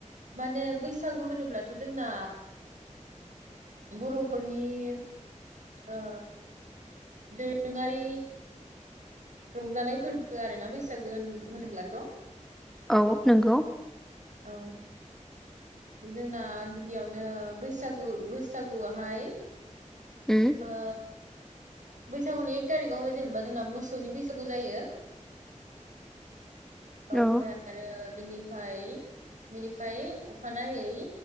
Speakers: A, on the right; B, in the centre.
A: माने बैसागु होनोब्लाथ जोंना बर'फोरनि ओ दोरोङारि रंजानाय फोरबो आरोना बैसागो होन-होनोब्लाथ'
B: औ नोंगौ
A: औ जोंना गिबियावनो बैसागु बैसागुआवहाय
B: उम
A: ओ बैसागुनि एक थारिकावहाय जेनेबा जोंना मोसौनि बैसागु जायो। ओमफ्राय
B: औ
A: आरो बिनिफाय बिनिफाय अखानायै